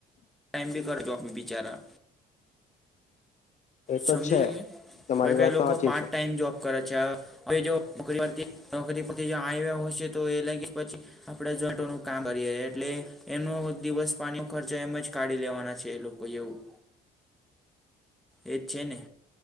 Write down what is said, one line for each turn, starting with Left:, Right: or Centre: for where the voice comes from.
Centre: ટાઈમ ભી કર જોબ ભી બેચારા
Left: એ
Centre: સમજી
Left: તો
Centre: છે કે
Left: તમારી
Centre: કોઈ કઈ
Left: વાત
Centre: લોકો
Left: તો સાચી
Centre: પાર્ટ
Left: છે
Centre: ટાઈમ જોબ કરે છે, અહ હવે જો નોકરી પરથી, નોકરી પરથી આવ્યા હશે તો એ <unintelligible> પછી આપણા ઝોમેંટોનું કામ કરીએ એટલે એનો દિવસ પાણીનો ખર્ચ એમજ કાઢી લેવાના છે એ લોકો એવું એજ છેને